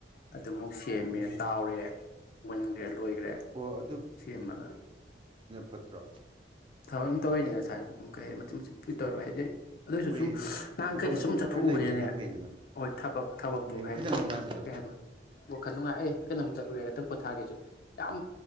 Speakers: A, on the left; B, on the right.
A: ꯑꯗꯨꯃꯨꯛ ꯁꯦꯝꯃꯦ
B: ꯎꯝ
A: ꯇꯥꯎꯔꯦ ꯃꯨꯟꯈ꯭ꯔꯦ ꯂꯣꯏꯈ꯭ꯔꯦ
B: ꯍꯣꯏ
A: ꯁꯦꯝꯃꯒ
B: ꯐꯠꯇ꯭ꯔ
A: ꯊꯕꯛ ꯑꯗꯨꯝ ꯇꯧꯔꯤꯅꯦ ꯉꯁꯥꯏꯁꯨ ꯑꯗꯨꯝ ꯀꯩ ꯍꯥꯏ ꯃꯆꯤꯠ ꯃꯆꯤꯠ ꯄꯨ ꯇꯧꯔꯤꯕꯕ ꯍꯥꯏꯗꯤ ꯑꯗꯨꯑꯣꯏꯁꯨ
B: ꯍꯣꯏ
A: ꯁꯨꯝ ꯅꯍꯥꯡ
B: ꯊꯕꯛ
A: ꯀꯩꯗ
B: ꯑꯗꯨꯝ
A: ꯁꯨꯝ ꯆꯠꯊꯣꯛꯎꯕꯅꯤꯅꯦ
B: ꯈꯔ ꯂꯩꯕꯗꯨꯅ ꯐꯩꯗꯅ
A: ꯍꯣꯏ ꯊꯕꯛ ꯊꯕꯛꯇꯣ
B: ꯎꯝ
A: ꯍꯥꯏꯗꯤ
B: ꯈꯤꯇꯪ ꯅꯨꯡꯉꯥꯏꯕꯗꯣ
A: ꯀꯩ ꯍꯥꯏꯅꯣ ꯋꯥꯈꯜ ꯅꯨꯡꯉꯥꯏꯑꯦ ꯀꯩꯅꯣꯝ ꯆꯠꯂꯨꯔꯦ ꯈꯤꯇꯪ ꯄꯣꯊꯥꯒꯦꯁꯨ ꯌꯥꯝ